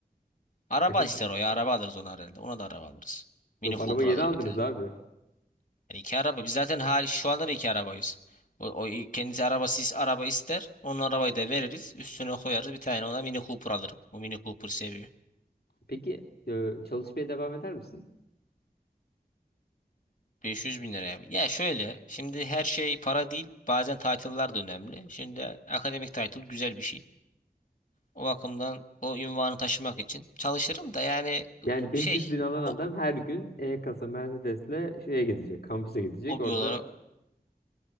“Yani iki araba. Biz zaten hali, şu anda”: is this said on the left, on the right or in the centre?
Left